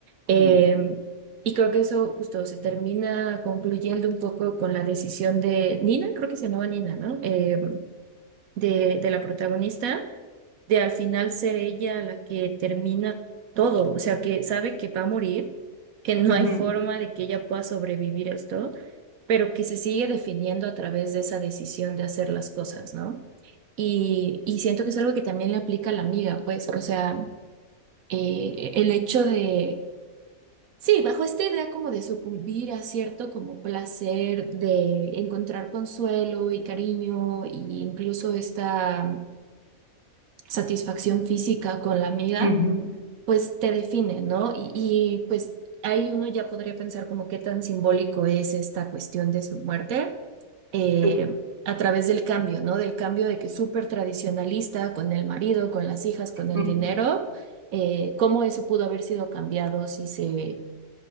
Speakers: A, on the right (about 75°); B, on the right (about 30°).
A: Em,
B: ujú.
A: y creo que eso justo se termina concluyendo un poco con la decisión de Nina, creo que se llamaba Nina, ¿no? Em, de, de la protagonista, de al final ser ella la que termina todo, o sea, que sabe que va a morir, que no
B: Ujú,
A: hay forma de que ella pueda sobrevivir a esto, pero que se sigue definiendo a través de esa decisión de hacer las cosas, ¿no? Y, y siento que es algo que también le aplica a la amiga, pues, o sea, eh, el hecho de... Sí, bajo esta idea como de sucumbir a cierto como placer, de encontrar consuelo y cariño, e incluso esta satisfacción física con la amiga,
B: ujú,
A: pues te define, ¿no? Y, y, pues ahí uno ya podría pensar como qué tan simbólico es esta cuestión de su muerte eh,
B: tú,
A: a través del cambio, ¿no? Del cambio de que súper tradicionalista con el marido, con las hijas, con el
B: ujú,
A: dinero, eh, cómo eso pudo haber sido cambiado si se,